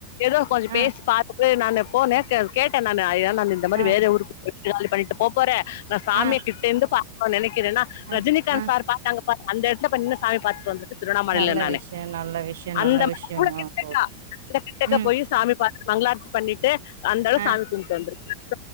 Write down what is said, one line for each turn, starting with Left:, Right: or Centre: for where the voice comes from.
Left: ஏதோ கொஞ்சம்
Right: ஆ
Left: பேசி பாத் நானு போனேன் கேட்டே நானு ஐயா இந்த மாதிரி
Right: ஆ
Left: வேற ஊரு பண்ணிட்டு போபோறேன் நா சாமிய
Right: ஆ
Left: கிட்டருந்து பா ஓ நினக்
Right: ஆ
Left: ரஜினிகாந்த்
Right: ஆ
Left: சார் பாத்தாங்க பாத் அந்த எடத்தப்ப நின்னு சாமி பாத்துட்டு வந்து திருண்ணாமலையில
Right: நல்ல
Left: நானு
Right: விஷயோ நல்ல விஷயோ
Left: அந்த
Right: நல்ல விஷயோ
Left: கூட கிட்டக்க
Right: தோழி
Left: கிட்ட கிட்டக்க
Right: ம்
Left: போய் சாமி பார்த்த மங்களாத்து பண்ணிட்டு அந்த அளவுக்கு
Right: ஆ
Left: சாமியை கும்பிட்டு வந்து இருக்கேன்